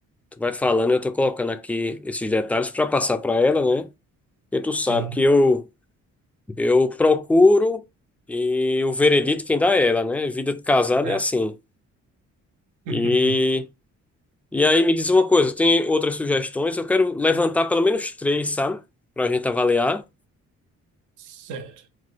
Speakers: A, in the centre; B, on the right.
A: Tu vai falando, eu tô colocando aqui esses detalhes para passar para ela, né? Porque tu sabe
B: Sim.
A: que eu Eu procuro e o veredito quem dá é ela, né? Vida de casado
B: É.
A: é assim.
B: <laughs>
A: E, e aí me diz uma coisa, tem outras sugestões? Eu quero levantar pelo menos três, sabe? Pra gente avaliar.
B: Certo.